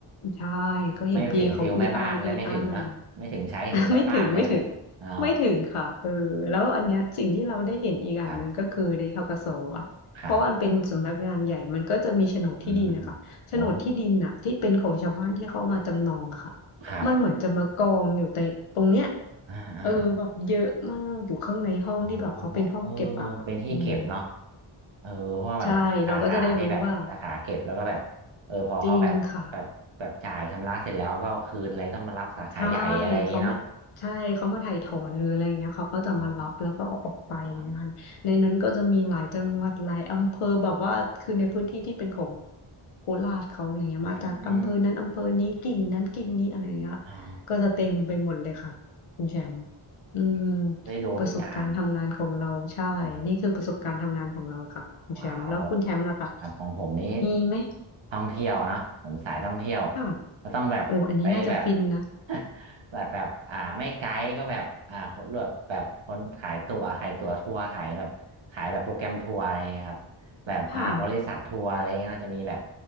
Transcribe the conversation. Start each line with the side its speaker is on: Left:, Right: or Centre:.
Left: ใช่ก็เห็นพี่เขาอุ้ยอ้ายอุ้ยอ้าย
Right: ไม่ถึงฟิลแม่บ้านเลยไม่ถึงเนอะไม่ถึงใช้ถึงแม่บ้านเลยไหมอ๋อ
Left: <laughs> อ่ะไม่ถึงไม่ถึงไม่ถึงค่ะเออแล้วอันเนี้ยสิ่งที่เราได้เห็นอีกอย่างหนึ่งก็คือในธกสอ่ะเพราะอันเป็นสำนักงานใหญ่มันก็จะมีโฉนดที่ดินนะคะโฉนดที่ดินน่ะที่เป็นของชาวบ้านที่เขามาจำนองอะค่ะ
Right: <laughs> ครับครับอืมโอ้ครับ
Left: มันเหมือนจะมากองอยู่ในตรงเนี้ย
Right: อ่าอ่า
Left: เออแบบเยอะมากอยู่ข้างในห้องที่แบบเขาเป็นห้องเก็บอะค่ะอืม
Right: อ๋อเออเป็นที่เก็บเนาะเออเพราะว่าแบบจะมีสาขาที่แบบสาขาเก็บแล้วก็แบบเออพอเขาแบบแบบแบบจ่ายชำระเสร็จแล้วก็เอาคืนอะไรต้องมารับสาขาใหญ่อะไรอย่างงี้เนาะ
Left: ใช่เราก็จะได้รู้ว่าจริงค่ะ ใช่เขามาใช่เขามาถ่ายถอนหรืออะไรอย่างเงี้ยเขาก็จะมารับแล้วก็เอาออกไปอะไรอย่างเงี้ยค่ะในนั้นก็จะมีหลายจังหวัดหลายอำเภอแบบว่าคือในพื้นที่ที่เป็นของ
Right: อ๋ออ๋อถอน
Left: โคราชเขาอะไรเงี้ยมาจากอำเภอนั้นอำเภอนี้กิ่งนั้นกิ่งนี้อะไรอย่างเงี้ย
Right: อืมอมอ๋อ
Left: ก็จะเต็มไปหมดเลยค่ะคุณแชมป์อืม
Right: ได้ดูทุกอย่าง
Left: ประสบการณ์ทำงานของเราใช่นี่คือประสบการณ์ทำงานของเราค่ะคุณแชมป์แล้วคุณแชมป์ล่ะคะ
Right: โอ้โหว้าวครับของผมนี้
Left: มีไหม
Right: ท่องเที่ยวนะผมสายท่องเที่ยว
Left: ค่ะ
Right: ก็ต้องแบบไปแบบ
Left: โอ้อันนี้น่าจะฟินนะ
Right: <laughs> แบบแบบอ่าไม่ไกด์ก็แบบอ่าคนแบบแบบคนขายตั๋วขายตั๋วทัวร์ขายแบบขายแบบโปรแกรมทัวร์อะไรอย่างเงี้ยครับแบบอ่าบริษัททัวร์อะไรเงี้ยจะมีแบบ
Left: <laughs> ค่ะ